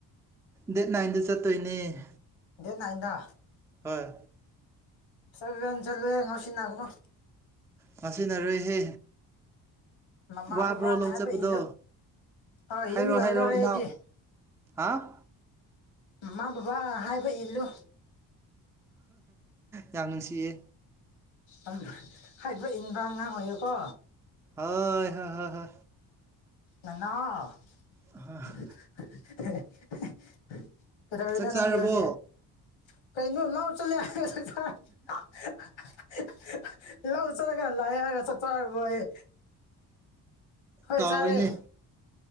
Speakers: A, in the centre; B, on the left (about 65°).
A: ꯗꯦꯠ ꯅꯥꯏꯟꯗ ꯆꯠꯇꯣꯏꯅꯦ
B: ꯗꯦꯠ ꯅꯥꯏꯟꯗ
A: ꯍꯣꯏ
B: <unintelligible> ꯉꯧꯁꯤꯅꯥꯒꯅꯣ
A: ꯉꯥꯎꯁꯤꯟꯅꯔꯣꯏꯍꯦ
B: ꯃꯃꯥ
A: ꯋꯥꯕ꯭ꯔꯣ
B: ꯕꯕꯥꯅ
A: ꯂꯧ
B: ꯍꯥꯏꯕ
A: ꯆꯠꯄꯗꯣ
B: ꯏꯜꯂꯨ ꯍꯣꯏ
A: ꯍꯥꯏꯔꯣ
B: ꯌꯨꯝ ꯌꯧꯗꯧꯔꯦ
A: ꯍꯥꯏꯔꯣ ꯏꯅꯥꯎ
B: ꯑꯩꯗꯤ
A: ꯍꯥꯥꯎ
B: ꯃꯃꯥ ꯕꯕꯥ ꯍꯥꯏꯕ ꯏꯜꯂꯨ
A: ꯌꯥꯝ ꯅꯨꯡꯁꯤꯌꯦ
B: ꯑꯝ ꯍꯥꯏꯕ ꯏꯟꯕ ꯑꯉꯥꯡ ꯑꯣꯏꯌꯨꯀꯣ
A: ꯍꯣꯏ ꯍꯣ ꯍꯣ ꯍꯣꯏ
B: ꯅꯅꯥꯎ
A: <unintelligible>
B: <unintelligible> ꯀꯩꯗꯧꯔꯤꯅꯣ
A: ꯆꯥꯛ ꯆꯥꯔꯕꯣ
B: ꯅꯪꯗꯤ ꯍꯧꯖꯤꯛ ꯀꯩꯅꯣ ꯂꯥꯎ ꯆꯠꯂꯦ <unintelligible> ꯂꯧ ꯆꯠꯂꯒ ꯂꯥꯛꯑꯦ ꯍꯥꯏꯔꯒ ꯆꯥꯛ ꯆꯥꯔꯕꯌꯦ ꯍꯣꯏ
A: ꯀꯥꯎꯏꯅꯦ
B: ꯆꯔꯦ